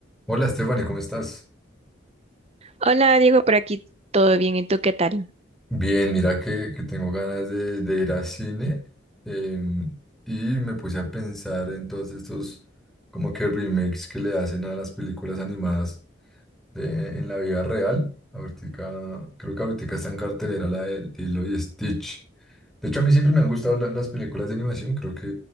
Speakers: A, in the centre; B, on the right.
A: Hola Stephanie, ¿cómo estás?
B: Hola Diego, por aquí todo bien, ¿y tú qué tal?
A: Bien, mira que, que tengo ganas de, de ir a cine em, y me puse a pensar en todos estos como que remakes que le hacen a las películas animadas de- en la vida real. Ahorita, creo que ahorita está en cartelera la de Lilo y Stitch. De hecho, a mí siempre me han gustado la- las películas de animación, creo que